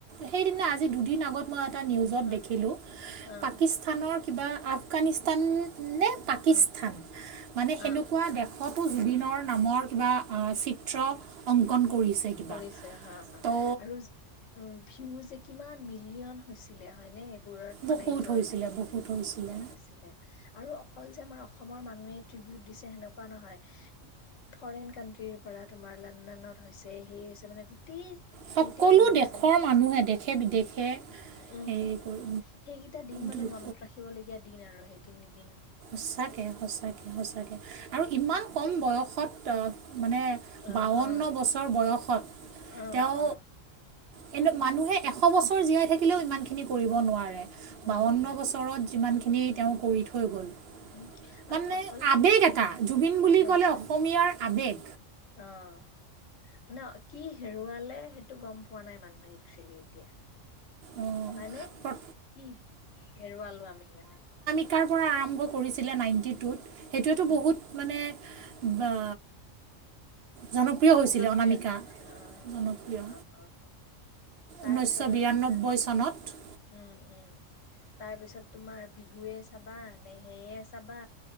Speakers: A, on the right; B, on the left.
A: সেইদিনা আজি দুদিন আগত মই এটা নিউজত
B: অ',
A: দেখিলোঁ
B: অ',
A: পাকিস্তানৰ কিবা আফগানিস্তান নে পাকিস্তান
B: অ',
A: মানে
B: অ',
A: সেনেকুৱােশ জুবিনৰ নামৰ কিবা চিত্ৰ অংকন কৰিছে কিবা
B: ধছে হা হা
A: তো
B: আৰু উ ভিউ যে <inaudible> কিমান মিলিয়ন হৈছিলে হয়নে এই গোৰত
A: বহুত
B: মানে জয়
A: হৈছিলে
B: জৱ
A: বহুত হৈছিলে
B: ধৰিছিলে আৰু অকল যে আমাৰ <inaudible> অসমৰ মানুহে ত্ৰিবিউট দিছে সেনেকুৱা নহয় ফৰেইন কাণ্ট্ৰিৰ পৰা তোমাৰ লণ্ডনত হৈছে সেই হৈছে মানে গোটেই
A: সকলো
B: সেইতে হৈ গৈছিল
A: দেশৰ মানুহে দেশে বিদেশে
B: উম,
A: হেৰি কৰি
B: সেইকেইটা দিন মানে
A: দুখ
B: মনত ৰাখিবলগীয়া দিন আৰু সেই তিনদিন।
A: সচাকে- সচাকে সচাকে আৰু ইমান কম বয়সত অ' মানে
B: অ
A: বাৱন্ন
B: অ
A: বছৰ বয়সত
B: অ
A: তেওঁ
B: অ
A: কিন্তু মানুহে এশ বছৰ জীয়াই থাকিলেও ইমান খিনি কৰিব নোৱাৰে।
B: উম
A: বাৱন্ন
B: হম
A: বছৰত যিমান খিনি তেওঁ কৰি থৈ গ'ল।
B: উম
A: মানে
B: আৰু অকল
A: আবেগ এটা জুবিন বুলি
B: পৰিৱেশ,
A: কলে অসমীয়াৰ আবেগ।
B: অ' মানে কি হেৰুৱালে সেইটো গম পোৱা নাই মানুহে একচুৱেলি এতিয়া।
A: অঁ
B: হয়নে,
A: প্ৰ
B: কি কি হেৰুৱালো আমি মানে।
A: শিকাৰ পৰা আৰম্ভ কৰিছিলে নাইনটি টুত সেইটোৱেতো
B: উম
A: বহুত মানে বা জনপ্ৰিয়
B: <unintelligible>
A: হৈছিলে অনামিকা জনপ্ৰিয়
B: তাৰ
A: ঊনৈছশ
B: পিছত আৰু
A: বিৰান্নব্বৈ
B: কিমান
A: চনত।
B: উম উম, তাৰ পিছত তোমাৰ বিহুৱে চাবা নে সেয়ে চাবা।